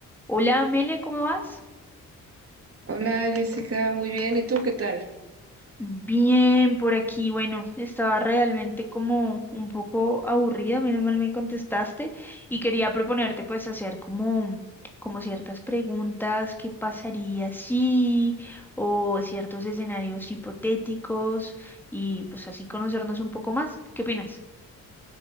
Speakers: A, in the centre; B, on the right.
A: Hola Amelia, ¿cómo vas?
B: Hola Jessica, muy bien. ¿Y tú qué tal?
A: Bien, por aquí, bueno, estaba realmente como un poco aburrida, menos mal me contestaste y quería proponerte pues hacer como, como ciertas preguntas, qué pasaría si, o ciertos escenarios hipotéticos y pues así conocernos un poco más. ¿Qué opinas?